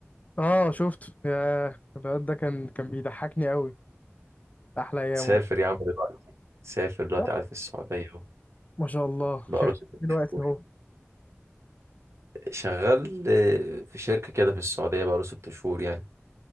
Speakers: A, on the left (about 30°); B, on the right (about 80°).
A: اه شفت يا الواد ده كان كان بيضحكني قوي احلى ايام
B: سافر
A: والله
B: يا عم دلوقتي سافر دلوقتي
A: طب،
B: قاعد في السعودية اهو.
A: ما شاء الله
B: بقاله
A: شغال
B: ست
A: دلوقتي
B: شهور
A: اهو
B: شغال آه، في شركة كده في السعودية بقاله ست شهور يعني